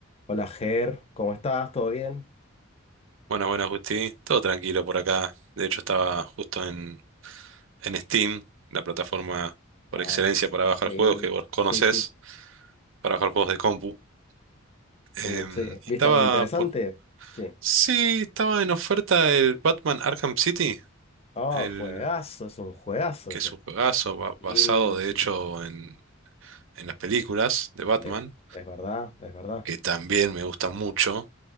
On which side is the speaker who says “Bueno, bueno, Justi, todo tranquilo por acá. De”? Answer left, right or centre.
Right